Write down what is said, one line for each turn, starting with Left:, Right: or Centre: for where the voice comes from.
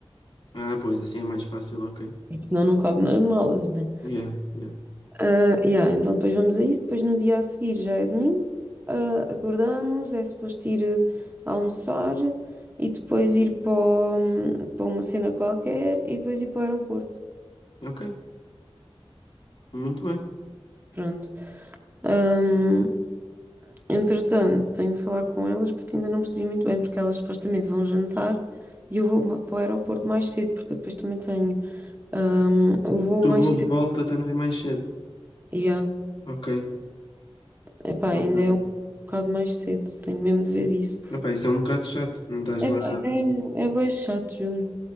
Left: Ah, pois, assim é mais fácil, ok.
Right: Porque senão não cabe nas malas, né?
Left: Yeah, yeah.
Right: Ah, yeah, então depois vamos a isso. Depois no dia a seguir já é domingo. ah, acordamos, é suposto ir eh, almoçar e depois ir para, o- para uma cena qualquer e depois ir para o aeroporto.
Left: Ok, muito bem.
Right: Pronto. Ahm, entretanto, tenho de falar com elas porque ainda não percebi muito bem, porque elas supostamente vão jantar e eu vou ma- para o aeroporto mais cedo, porque eu depois também tenho ahm, o voo
Left: Do
Right: mais
Left: voo
Right: cedo.
Left: de volta também é mais cedo.
Right: Yeah.
Left: Ok.
Right: Epá,
Left: Ok.
Right: ainda é um bocado mais cedo, tenho mesmo de ver isso.
Left: Epá, isso é um bocado chato. Não estás
Right: Epá,
Left: lá.
Right: é, é bem chato, juro.